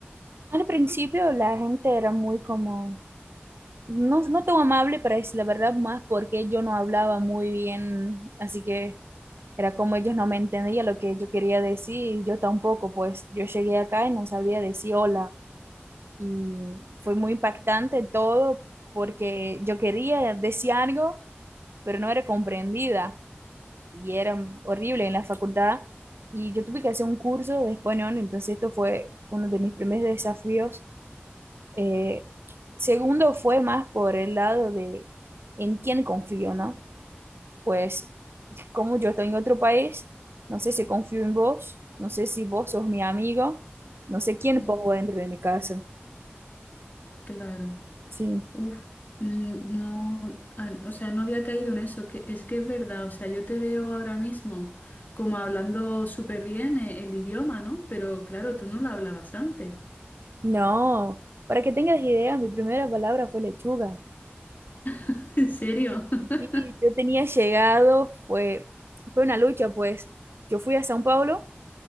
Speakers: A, on the right; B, on the left.
A: Al principio la gente era muy como, no, no tan amable para decir la verdad, más porque yo no hablaba muy bien, así que era como ellos no me entendían lo que yo quería decir, y yo tampoco, pues yo llegué acá y no sabía decir hola, y fue muy impactante todo porque yo quería decir algo pero no era comprendida y era horrible en la facultad. Y yo tuve que hacer un curso de español, entonces esto fue uno de mis primeros desafíos. Eh, segundo fue más por el lado de en quién confío, ¿no? Pues como yo estoy en otro país, no sé si confío en vos, no sé si vos sos mi amigo, no sé quién
B: Sí,
A: pongo dentro de mi casa.
B: claro.
A: Sí.
B: Uf, mm, no, ah, o sea, no había caído en eso, que es que es verdad, o sea, yo te veo ahora mismo como hablando súper bien e- el, idioma, ¿no? Pero claro, tú no lo hablabas antes,
A: No, para que tengas idea, mi primera palabra fue lechuga.
B: <laughs> ¿en serio? <laughs>
A: Sí, yo tenía llegado, fue, fue una lucha, pues yo fui a Sao Paulo